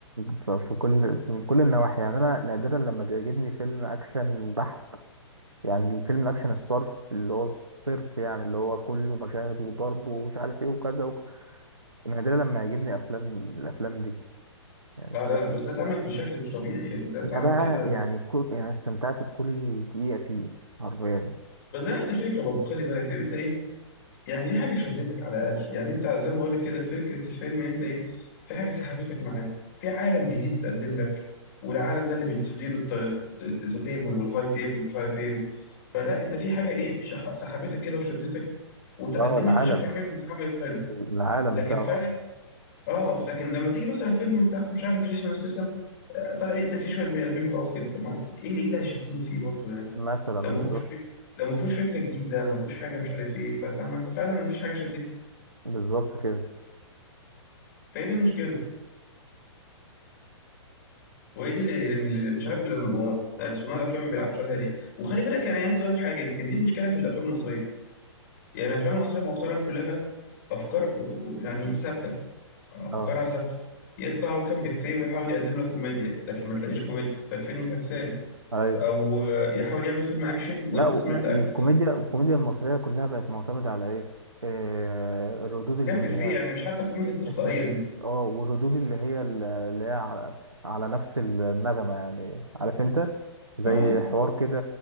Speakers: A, on the right; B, on the left.
A: ف- في كل من كل النواحي يعني أنا نادرا لما بيعجبني فيلم أكشن بحت يعني الفيلم الأكشن الصرف اللي هو الصرف يعني اللي هو كله مشاهد وضرب ومش عارف إيه وكذا وك... نادرا لما يعجبني أفلام الأفلام دي يعني
B: اه
A: فاهم
B: لا لا بس ده اتعمل بشكل مش طبيعي يعني ده اتعمل
A: ده بقى
B: كده
A: يعني كل يعني استمتعت بكل دقيقة فيه حرفيا
B: بس ده نفس الفكره برضه خلي بالك لان انت ايه يعني دي حاجه شدتك على الاقل يعني انت زي ما بقول لك كده فكره الفيلم ان انت ايه في حاجه سحبتك معاه في عالم جديد اتقدم لك والعالم ده اللي بتديله ذا تيبل والهاي تيبل ومش عارف ايه و... فلا انت في حاجه ايه شح- سحبتك كده وشدتك وتقدمت
A: اه العالم
B: بشكل حلو واتعملت حلو
A: العالم
B: لكن
A: بتاعه
B: فعلا
A: آه.
B: اه لكن لما تيجي مثلا فيلم بتاع مش عارف جيسون ستاثام آه، طالع يقتل فيه شويه بني ادمين وخلاص كده ما ايه اللي ايه اللي هيشدني فيه برضه يعني
A: مثلا
B: لو
A: بالظبط
B: ما هوش فيه لو ما فيهوش فكره جديده ما فيهوش حاجه مش عارف ايه فطب ما انت فعلا ما فيش حاجه شدتني
A: بالظبط كده
B: فهي دي المشكله وهي دي اللي يعني اللي مش عارف اللي يعني صناع الافلام ما بيلعبوش عليها ليه وخلي بالك انا عايز اقول لك حاجه يمكن دي المشكله في الافلام المصريه يعني الافلام المصريه مؤخرا كلها افكار يعني ثابته افكارها
A: اه
B: ثابته يطلع كام افيه ويحاول يقدم لك كوميديا لكن ما تلاقيش كوميديا فالفيلم فكسان
A: ايوه
B: او يحاول يعمل فيلم اكشن وانت
A: لا و-
B: سمعت
A: و-
B: اكشن
A: والكوميديا
B: ده
A: والكوميديا المصرية كلها بقت معتمدة على ايه آه الردود اللي
B: كام
A: هي
B: افيه يعني مش حتى الكوميديا التلقائيه
A: افيهات
B: دي
A: اه والردود اللي هي ال- اللي هي على, على نفس النغمة يعني عارف انت زي
B: اه
A: حوار كده